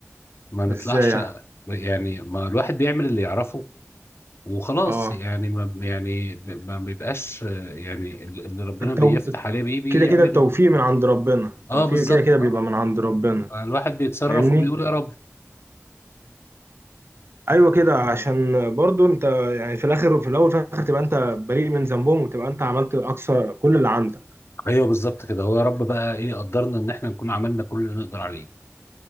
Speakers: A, on the left; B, on the right.
A: ما نطلعش
B: ازاي يعني
A: يعني ما الواحد بيعمل اللي يعرفه وخلاص
B: اه
A: يعني ما يعني ما بيبقاش يعني اللي ربنا
B: التو...
A: بيفتح عليه بيه بيعمله
B: كده كده التوفيق من عند ربنا التوفيق
A: اه بالظبط
B: كده كده بيبقى
A: اه
B: من عند ربنا
A: الواحد بيتصرف
B: فاهمني
A: وبيقول يا رب
B: ايوه كده عشان برضو انت يعني في الاخر وفي الاول وفي الاخر تبقى انت بريء من ذنبهم وتبقى انت عملت اقصى كل اللي عندك
A: ايوه بالظبط كده هو يا رب بقى ايه قدرنا ان احنا نكون عملنا كل اللي نقدر عليه